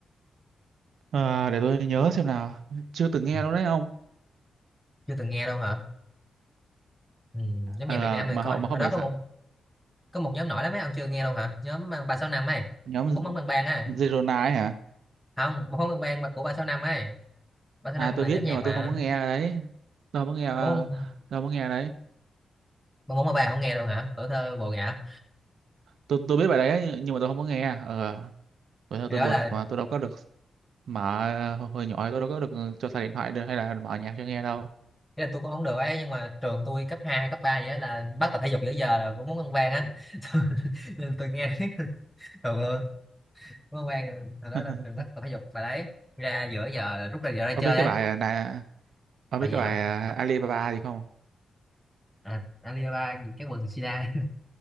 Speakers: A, on the right; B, in the centre.
A: À, để tôi nhớ xem nào. Chưa từng nghe
B: Ừ,
A: đâu đấy ông.
B: chưa từng nghe luôn hả ừ, nhóm
A: À,
B: nhạc Việt Nam này
A: mà
B: coi
A: họ mà
B: hồi
A: không
B: đó
A: biết
B: có
A: sao.
B: một có một nhóm nổi lắm ấy ông chưa nghe luôn hả nhóm à, ba sáu năm ấy
A: Nhóm
B: ông
A: Z-
B: bóng bóng bang bang ấy
A: Zerona ấy hả?
B: không bóng bóng bang bang mà của ba sáu năm ấy ba sáu
A: À
B: năm
A: tôi
B: là
A: biết
B: nhóm
A: nhưng
B: nhạc
A: mà
B: mà
A: tôi không có nghe đấy. Tôi không có nghe
B: bốn
A: tôi không có nghe đấy.
B: bốn bốn ba không nghe đâu hả tuổi thơ bồ ngã
A: Tôi tôi biết bài đấy ấy, nhưng mà tôi không có nghe. Ờ vậy thôi
B: thì
A: tôi
B: đó
A: buồn
B: là
A: thật mà tôi đâu có được mở ờ, hồi nhỏ tôi đâu có được cho xài điện thoại được hay là mở nhạc cho nghe đâu.
B: cái là tôi cũng không được ấy nhưng mà trường tôi cấp 2 cấp 3 vậy á là bắt tập thể dục giữa giờ là bốn môn ăn vang á <laughs> nên tôi nghe <laughs> thường luôn bốn môn ăn vang hồi đó
A: <laughs>
B: là trường bắt tập thể dục bài đấy ra giữa giờ là rút ra giờ ra
A: Ông
B: chơi
A: biết cái
B: ấy
A: bài này ông
B: bài
A: biết
B: gì
A: cái bài
B: không
A: ờ, Alibaba gì không?
B: à, Alibaba cái quần sida